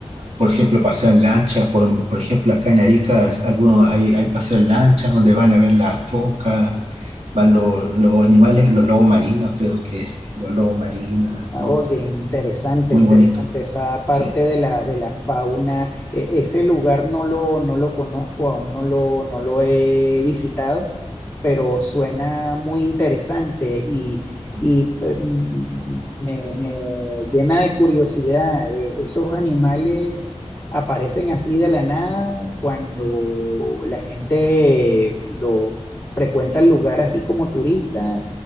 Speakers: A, on the right; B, on the left.
A: por ejemplo, paseo en lancha, por, por ejemplo, acá en Arica, algunos hay, hay paseo en lancha donde van a ver las focas, van los los animales, los lobos marinos, creo que los lobos marinos, las
B: Ah,
A: focas,
B: Oye, interesante,
A: muy
B: interesante
A: bonito,
B: esa parte
A: sí.
B: de la, de la fauna. E- ese lugar no lo, no lo conozco, aún no lo, no lo he visitado, pero suena muy interesante y, y
A: Mm.
B: eh, mm, me, me llena de curiosidad. Eh, esos animales aparecen así de la nada cuando la gente lo frecuenta el lugar así como turista